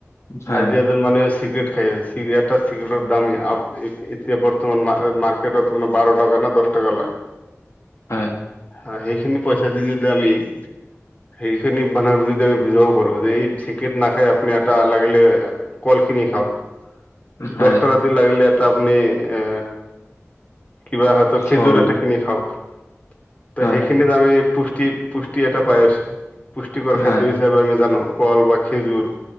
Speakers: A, on the left; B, on the left.
A: হয়,
B: আজি এজন মানুহে চিগৰেট <unintelligible> চিগৰেটৰ দাম <unintelligible> এতিয়া বৰ্তমান মা-মাৰ্কেটত আপোনাৰ বাৰ টকা না দছ টকা লয়।
A: হয়।
B: হয়, সেইখিনি পইচা দি যদি আমি সেইখিনি মানুহক যদি আমি বুজাব পাৰো যে এই চিগেত নাখাই আপুনি এটা লাগিলে কল কিনি খাওক।
A: হয়,
B: দছ টকা দি লাগিলে এটা আপুনি এ কিবা হয়তো খেজুৰ
A: ফল
B: এটা কিনি খাওক। ত
A: হয়,
B: সেইখিনিত আমি পুষ্টি পুষ্টি এটা পাই আছো। পুষ্টিকৰ খাদ্য
A: হয়।
B: হি <unintelligible> আমি জানো কল বা খেজুৰ,